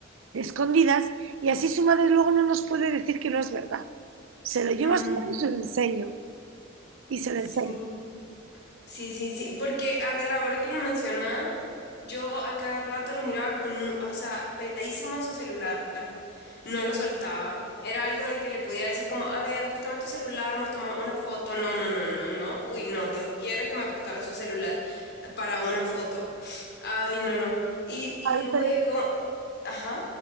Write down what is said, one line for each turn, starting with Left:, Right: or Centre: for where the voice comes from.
Right: escondidas y así su madre luego no nos puede decir que no es verdad. Se lo llevo
Left: Mm,
Right: a su madre y se lo enseño. Y se
Left: sí,
Right: lo enseño.
Left: sí, sí, sí, porque a ver, ahora que lo mencionas, yo a cada rato lo miraba con, o sea, pegadísimo a su celular, no lo soltaba. Era algo de que le podía decir como, a ver, préstame tu celular, nos tomamos una foto. No, no, no, no, no. Uy, no, Dios quiere que me prestara su celular para una foto. Ay, no, no. Y, y
Right: A ver,
Left: luego,
Right: perdona.
Left: ajá.